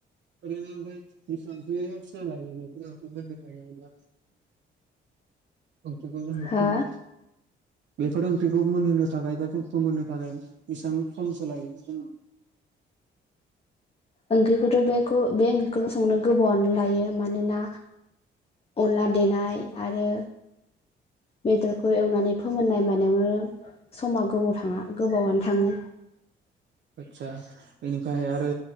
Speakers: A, on the right; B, on the left.
A: ओरैनो ओमफ्राय बिसिबांसो सम लायो बेफोर ओंख्रि मोन्नो थाखाय ओंख्रिखौ जोंडो
B: हा
A: फोमोन बेफोर ओंख्रिखौ मोनहोनो थाखाय दा जों फोमोननो थाखाय बेसेबां समसो लायो जों
B: ओंख्रिखौथ' बेखौ बे ओंख्रिखौल' संनो गोबावनो लायो मानोना अनला देनाय आरो बेदरखौ एवनानै फोमोननाय मा नायावनो समा गोबाव थाङा गोबावआनो थाङो
A: आतसा बेनिफ्राय आरो